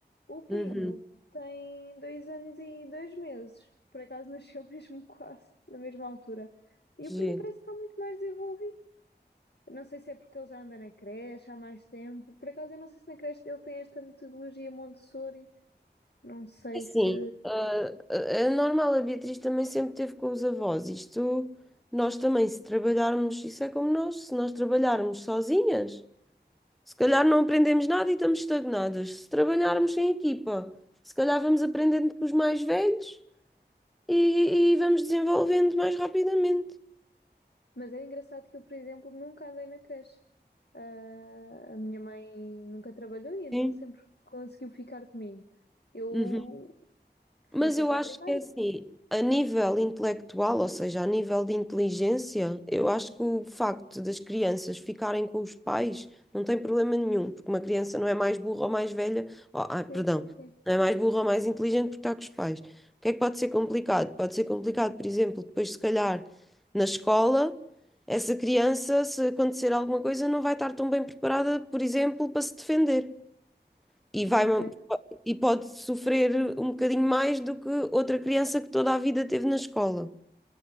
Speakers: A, on the left (about 70°); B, in the centre.
A: O primo
B: uhum,
A: tem dois anos e dois meses. Por acaso <laughs> nasceu mesmo quase na mesma altura. E
B: giro.
A: o primo parece que está muito mais desenvolvido. Eu Não sei se é porque ele já anda na creche há mais tempo. Por acaso eu não sei se na creche dele tem esta metodologia Montessori. Não sei
B: É Assim,
A: se
B: ah, é normal, a Beatriz também sempre teve com os avós. Isto, nós também, se trabalharmos, isso é como nós, se nós trabalharmos sozinhas, se calhar não aprendemos nada e estamos estagnadas. Se trabalharmos em equipa, se calhar vamos aprendendo com os mais velhos e, e vamos desenvolvendo mais rapidamente.
A: Mas é engraçado que eu, por exemplo, nunca andei na creche. Ah, a minha mãe nunca trabalhou e então
B: Sim.
A: sempre conseguiu ficar comigo. Eu
B: Uhum.
A: fui
B: Mas
A: só
B: eu
A: para
B: acho
A: a primária.
B: que é assim, a nível intelectual, ou seja, a nível de inteligência, eu acho que o facto das crianças ficarem com os pais não tem problema nenhum, porque uma criança não é mais burra ou mais velha, ou- ah, perdão,
A: Sim, sim, sim.
B: não é mais burra ou mais inteligente porque está com os pais. O que é que pode ser complicado? Pode ser complicado, por exemplo, depois se calhar na escola, essa criança, se acontecer alguma coisa, não vai estar tão bem preparada, por exemplo, para se defender. E
A: Ok.
B: vai, e pode sofrer um bocadinho mais do que outra criança que toda a vida teve na escola.